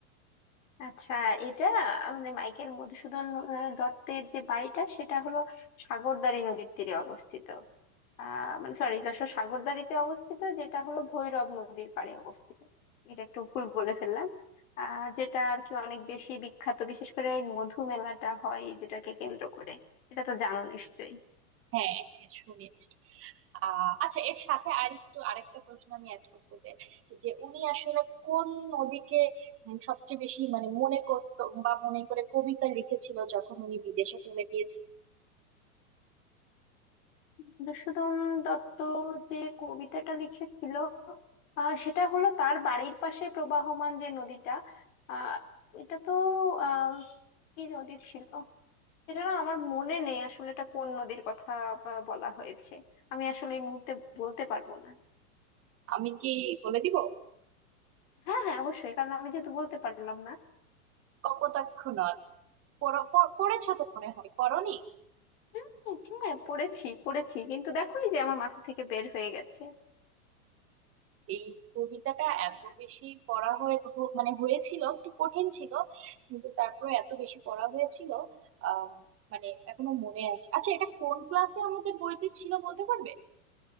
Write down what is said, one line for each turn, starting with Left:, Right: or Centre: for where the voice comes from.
Left: আচ্ছা এটা আহ, মানে মাইকেল মধুসূদন আহ, দত্তের যে বাড়িটা সেটা হলো সাগরদাঁড়ি নদীর তীরে অবস্থিত আহ মানে সরি যশোর সাগরদাঁড়িতে অবস্থিত যেটা হলো ভৈরব নদীর পাড়ে অবস্থিত এটা একটু ভুল বলে ফেললাম আহ যেটা আর কি অনেক বেশি বিখ্যাত বিশেষ করে এই মধু মেলাটা হয় যেটাকে কেন্দ্র করে এটা তো জানো নিশ্চয়ই
Right: হ্যাঁ হ্যাঁ, শুনেছি আহ আচ্ছা এর সাথে আরেকটু আরেকটা প্রশ্ন আমি অ্যাড করবো যে যে উনি আসলে কোন নদীকে উম সবচেয়ে বেশি মানে মনে করতো বা মনে করে কবিতা লিখেছিল যখন উনি বিদেশে চলে গিয়েছিল
Left: মধুসূদন দত্ত যে কবিতাটা লিখেছিল আহ, সেটা হলো তার বাড়ির পাশে প্রবাহমান যে নদীটা আহ এটা তো আহ কি নদী ছিল এটা না আমার মনে নেই আসলে এটা কোন নদীর কথা বা- বলা হয়েছে আমি আসলে এই মুহূর্তে বলতে পারবো না
Right: আমি কি বলে দিব
Left: হ্যাঁ হ্যাঁ অবশ্যই কারণ আমি যেহেতু বলতে পারলাম না
Right: কপোতাক্ষ নদ পড়- পড়- পড়েছো তো মনে হয় পড়নি
Left: হ্যাঁ হ্যাঁ, পড়েছি পড়েছি কিন্তু দেখো এই যে আমার মাথা থেকে বের হয়ে গেছে
Right: এই কবিতাটা
Left: আচ্ছা
Right: এত বেশি পড়া হয়ে হ- মানে হয়েছিল একটু কঠিন ছিল কিন্তু তারপরে এত বেশি পড়া হয়েছিল আম, মানে এখনো মনে আছে আচ্ছা এটা কোন ক্লাসে আমাদের বইতে ছিল বলতে পারবে